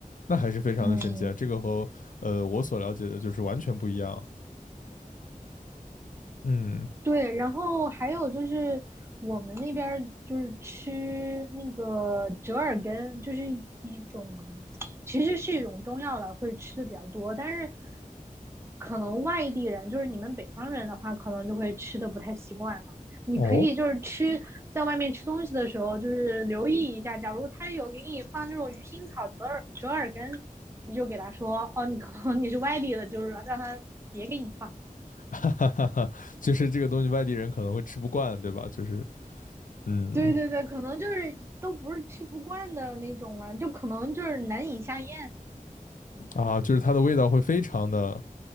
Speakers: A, on the left; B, on the right.
A: 那还是非常的神奇啊，
B: 嗯，
A: 这个和呃我所了解的就是完全不一样。嗯，
B: 对，然后还有就是我们那边儿就是吃那个折耳根，就是一种，其实是一种中药了，会吃的比较多。但是可能外地人，就是你们北方人的话，可能就会吃的不太习惯了。你可以就是吃在外面吃东西的时候，
A: 哦，
B: 就是留意一下，假如他有给你放那种鱼腥草、折耳折耳根，你就给他说，哦，你可能你是外地的，就是让他别给你放。
A: <laughs> 哈哈哈哈，就是这个东西外地人可能会吃不惯，对吧？就是嗯
B: 对对对，可能就是都不是吃不惯的那种了，就可能就是难以下咽，
A: 啊，就是它的味道会非常的